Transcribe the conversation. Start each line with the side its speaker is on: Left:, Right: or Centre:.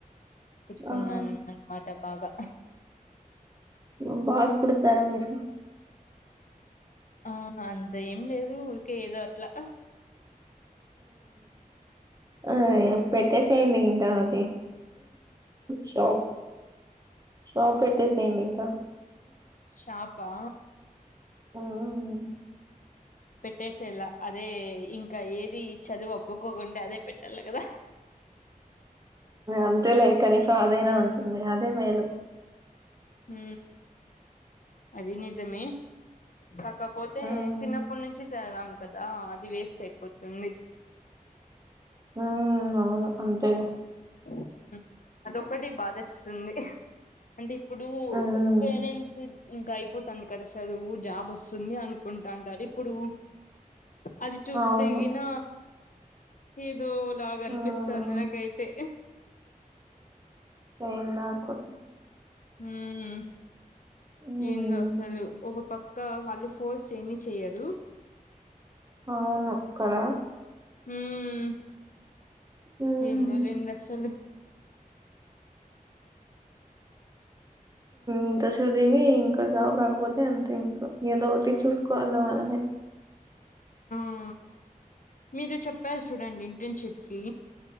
Left: కుట్టుకున్నానన్నమాట
Right: ఆహా
Left: బాగా
Right: ఉ బాగా కుడతార మీరు
Left: ఆ అంత ఏం లేదు ఊరికే ఏదో అట్లా
Right: ఉ పెట్టేసేయండి ఇంకా అది షాప్ షాప్పెట్టేసేయండి ఇంకా
Left: షాప్పా
Right: హ్మ్.
Left: పెట్టేసేలా, అదే ఇంకా ఏది చదువు అబ్బకోకుండా అదే పెట్టల్ల కదా!
Right: అంతే లే కనీసం అదైనా ఉంటుంది అదే మేలు
Left: హు అది నిజమే కాకపోతే
Right: హ్మ్.
Left: చిన్నప్పుడు నుంచి చదవం కదా అది వేస్ట్ అయిపోతుంది
Right: ఉ అవును అంతేలె
Left: ఉ అదొక్కటి బాధేస్తుంది అంటే ఇప్పుడు
Right: హ్మ్.
Left: పేరెంట్స్ ఇంకా అయిపోతాంది, కదా సదువు జాబ్ వస్తుంది అనుకుంటాంటారు ఇప్పుడు! అది చూస్తే
Right: అవును.
Left: గిన ఏదో లాగా
Right: హ్మ్.
Left: అనిపిస్సాంది, నాకైతే
Right: సేమ్ నాకూ
Left: ఊమ్
Right: హ్మ్.
Left: ఏందో అసలు ఒక పక్క వాళ్లు ఫోర్స్ ఏమి చెయ్యరు
Right: అవును కదా?
Left: ఊమ్
Right: హ్మ్.
Left: ఏందో లేండి అసలు
Right: ఇంత చదివి ఇంకా జాబ్ రాకపోతే అంతే ఇంకా ఏదో ఒకటి చూసుకోవల్ల మనమే
Left: ఆ మీరు చెప్పారు చూడండి ఇంటర్న్షిప్ కి